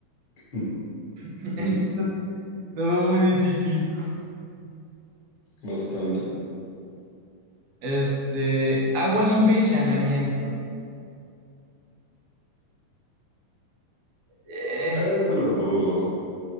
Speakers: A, on the left; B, on the right.
A: Mm,
B: <laughs> Entonces,
A: mm,
B: lo veo muy difícil.
A: Bastante.
B: Este, agua limpia y saneamiento. Eh,
A: Eso lo dudo.